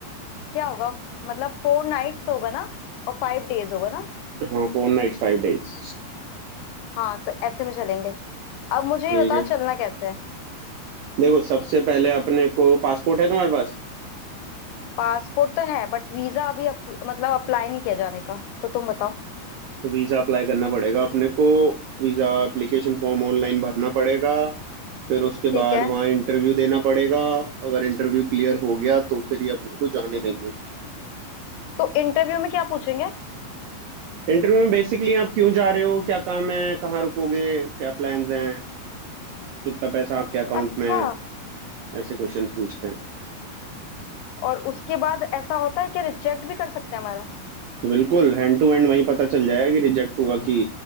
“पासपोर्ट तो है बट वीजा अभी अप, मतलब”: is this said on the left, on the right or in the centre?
Left